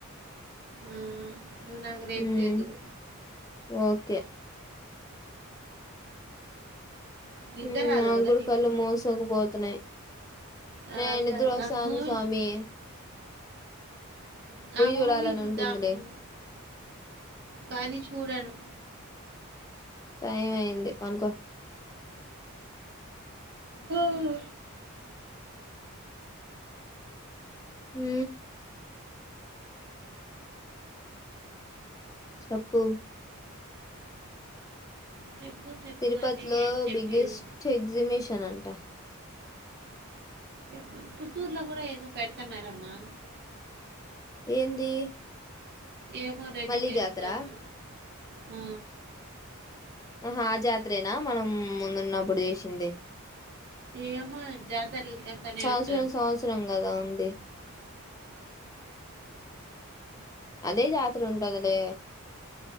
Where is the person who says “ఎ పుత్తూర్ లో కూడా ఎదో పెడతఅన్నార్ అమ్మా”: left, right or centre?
Right